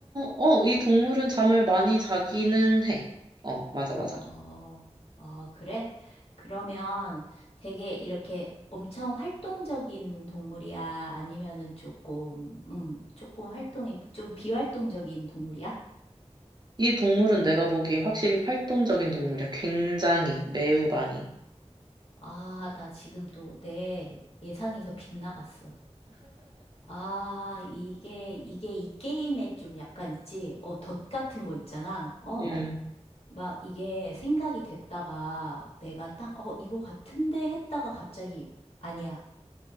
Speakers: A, on the right; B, on the left.
A: 어, 이 동물은 잠을 많이 자기는 해. 어, 맞아, 맞아.
B: 어, 어, 그래? 그러면 되게 이렇게 엄청 활동적인 동물이야? 아니면은 조금, 음, 조금 활동이 좀 비활동적인 동물이야?
A: 이 동물은 내가 보기에 확실히 활동적인 동물이야. 굉장히, 매우 많이.
B: 아, 나 지금 또 내 예상에서 빗나갔어. 아, 이게, 이게 이 게임에 좀 약간 있지? 어, 덫 같은 거 있잖아. 어.
A: 음.
B: 막 이게 생각이 됐다가 내가 딱, 어, 이거 같은데 했다가 갑자기, 아니야.